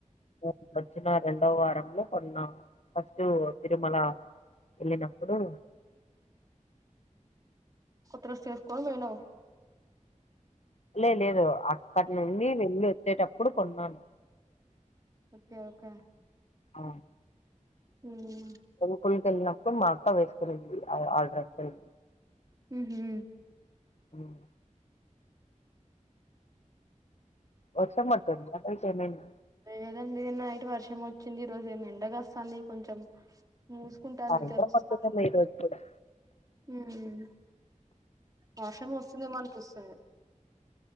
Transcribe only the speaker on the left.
ఇక్కడ వచ్చిన రెండో వారంలో కొన్న ఫస్ట్టు తిరుమల వెళ్ళినప్పుడు
లే లేదు అక్కడ నుండి వెళ్ళి వచ్చేటప్పుడు కొన్నాను
ఆ
స్కూల్ కేళ్ళినప్పుడు మా అక్క వేసుకునింది ఆ డ్రెస్లని
హ్మ్ వర్షం పడుతుందా బయట ఏమైనా
సాయంత్రం
పడుతుందేమో ఈ రోజు కూడా